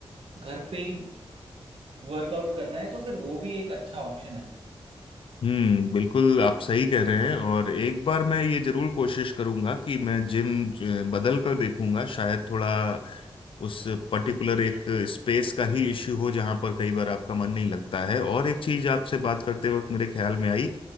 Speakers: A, on the right; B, on the left.
A: घर पे ही वर्कआउट करना है तो फिर वो भी एक अच्छा ऑप्शन है
B: हम्म बिल्कुल आप सही कह रहे हैं और एक बार मैं ये जरूर कोशिश करूंगा कि मैं जिम बदल कर देखूंगा शायद थोड़ा उस पर्टिकुलर एक स्पेस का ही इश्यू हो जहां पर कई बार आपका मन नहीं लगता है और एक चीज आपसे बात करते वक्त मेरे ख्याल में आई